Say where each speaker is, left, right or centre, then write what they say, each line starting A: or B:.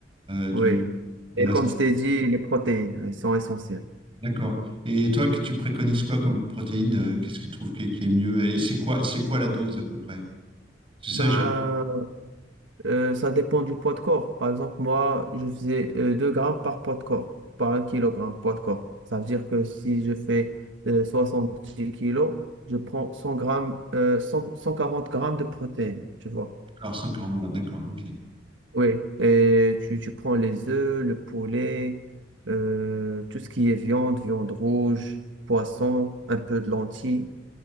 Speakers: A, on the right (about 30°); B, on the right (about 80°).
A: euh, du
B: Oui.
A: de
B: Et
A: la.
B: comme je t'ai dit, les protéines, elles sont essentielles.
A: D'accord. Et toi, que tu préconises quoi comme protéine? euh, Qu'est-ce que tu trouves qui, qui est mieux? Et c'est quoi, c'est quoi la dose à peu près? C'est ça,
B: Ben,
A: j'ai.
B: Euh, ça dépend du poids de corps. Par exemple, moi, je faisais euh, 2 grammes par poids de corps, par un kilogramme poids de corps. Ça veut dire que si je fais euh, dix kilos, je prends 100 grammes, euh, cent cent quarante grammes de protéines, tu vois.
A: D'accord, 140 grammes. D'accord. Ok.
B: Oui, et tu, tu prends les œufs, le poulet, euh, tout ce qui est viande, viande rouge, poisson, un peu de lentilles,